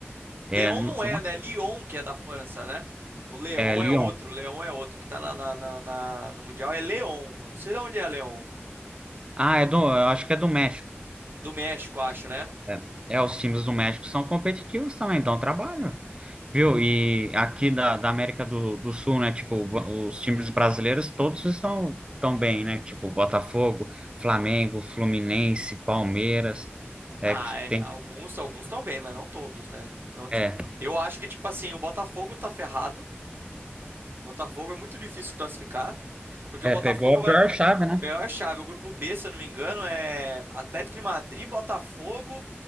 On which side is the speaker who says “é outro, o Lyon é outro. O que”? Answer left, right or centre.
Right